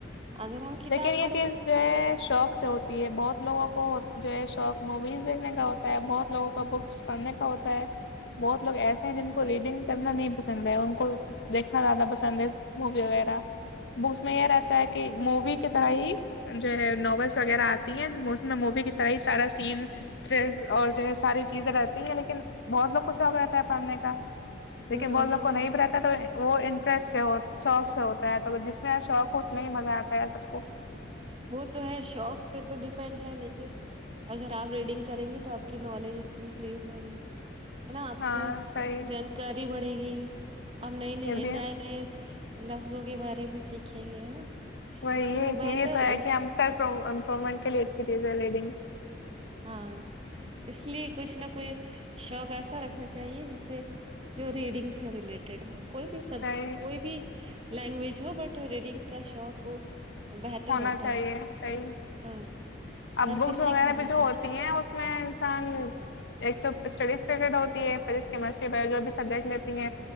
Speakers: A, on the right; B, on the left.
A: اگر ہم کتاب
B: لیکن یہ
A: پڑھیں
B: چیز
A: گے
B: جو ہے شوق سے ہوتی ہے بہت لوگوں کو جو ہے شوق موویز دیکھنے کا ہوتا ہے بہت لوگوں کو بکس پڑھنے کا ہوتا ہے بہت لوگ ایسے ہیں جن کو ریڈنگ کرنا نہیں پسند ہے ان کو دیکھنا زیادہ پسند ہے مووی وغیرہ بکس میں یہ رہتا ہے کہ مووی کی طرح ہی جو ہے ناولس وغیرہ آتی ہیں اس میں مووی کی طرح ہی سارا سین تھرل اور جو ہے ساری چیزیں رہتی ہیں لیکن بہت لوگ کو شوق رہتا ہے پڑھنے کا لیکن
A: ہوں
B: وہ لوگ
A: یہ
B: کو
A: تو
B: نہیں
A: ہے
B: بھی رہتا تو وہ فس سے ہو شوکس ہوتا ہے تو جس میں شوق ہو اس میں ہی مزہ آتا ہے سب کو
A: وہ تو ہے شوق پہ تو ڈیپینڈ ہے لیکن اگر آپ ریڈنگ کریں گی تو آپ کی نالج انکریز ہوگی ہے نا آپ
B: ہاں
A: کی
B: صحیح
A: جانکاری بڑ بے گ ا نہیں نہیں
B: یہ بھی
A: ن نہیں لفظوں کے بارے میں سیکھیں گے ہے نا
B: وہ یہ
A: تو بہتر
B: کہ کہ ہم پومنٹ کے لیے ایکرییز لے دن
A: ہاں اس لیے کچھ نہ کوئی شوق ایسا رکھنا چاہیے جس سے جو ریڈنگ سے ریلیٹڈ ہو کوئی بھی سب
B: صحیح
A: کوئی بھی لینگویج جوو بٹ ریڈنگ کا شاک وہ بہتر
B: ہونا
A: ہوتا
B: چاہیے
A: ہے
B: صحیح
A: ہاں
B: اب
A: ہر
B: بکس
A: کسی
B: وغیرہ
A: کو ہونا
B: پہ
A: چاہیے
B: ہوتی ہیں اس میں انسان ایک تو تو اسٹڈیز ری ہوتی ہے فس کیسٹری جو بھی سبجیکٹ لیتی ہیں